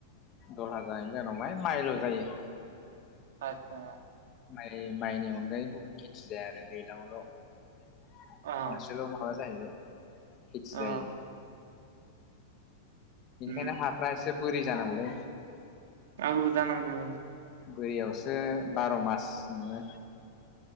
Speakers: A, on the left; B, on the right.
A: दलहाजानायनि जाउनाव माइल' जायो।
B: आतसा।
A: माइ माइनि अनगायै गुबुन खेथि जाया आरो दैलांआवल' खनसेल
B: औ
A: माबा जाहैबाय। खिथि
B: औ
A: जाहैबाय। बेनिखायनो
B: उम
A: हाफ्रा एसे बोरि जानांगौलै।
B: औ जानांगौ।
A: बोरियावसो बार' मास नोङो।